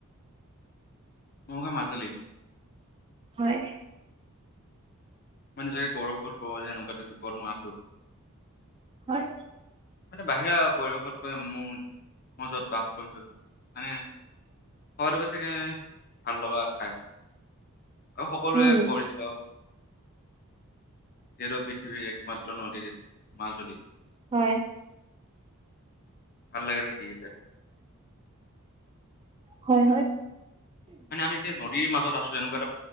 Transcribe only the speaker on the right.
হয়
হয়
উম
হয়।
হয় হয়।